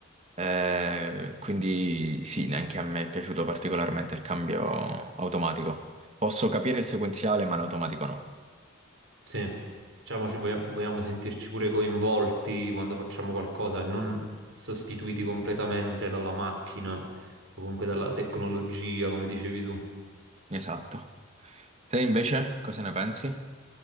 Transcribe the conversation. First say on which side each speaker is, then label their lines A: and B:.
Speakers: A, on the right; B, on the right.
A: Eh, quindi sì, neanche a me è piaciuto particolarmente il cambio automatico. Posso capire il sequenziale, ma l'automatico no.
B: Sì, diciamo, ci voglia- vogliamo sentirci pure coinvolti quando facciamo qualcosa e non sostituiti completamente dalla macchina o comunque dalla tecnologia, come dicevi tu.
A: Esatto. Te invece cosa ne pensi?